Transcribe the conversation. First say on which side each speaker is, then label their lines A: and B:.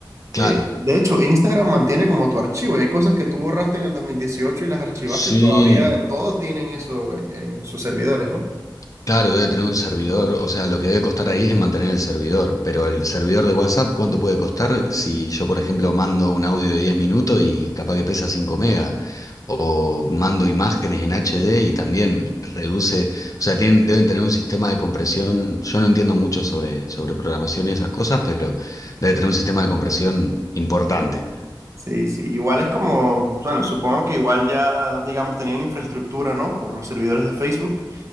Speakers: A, on the left; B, on the right.
A: Claro.
B: Eh, de hecho, Instagram mantiene como tu archivo. y Hay cosas que tú borraste en el 2018 y las archivaste
A: Sí.
B: y todavía todos tienen eso en, en sus servidores, ¿no?
A: Claro, debe tener un servidor, o sea, lo que debe costar ahí es mantener el servidor, pero el servidor de WhatsApp, ¿cuánto puede costar si yo, por ejemplo, mando un audio de 10 minutos y capaz que pesa 5 megas? O mando imágenes en HD y también reduce, o sea, tienen, deben tener un sistema de compresión, yo no entiendo mucho sobre, sobre programación y esas cosas, pero debe tener un sistema de compresión importante.
B: Sí, sí. Igual es como, bueno, supongo que igual ya, digamos, tenían infraestructura, ¿no? Por los servidores de Facebook.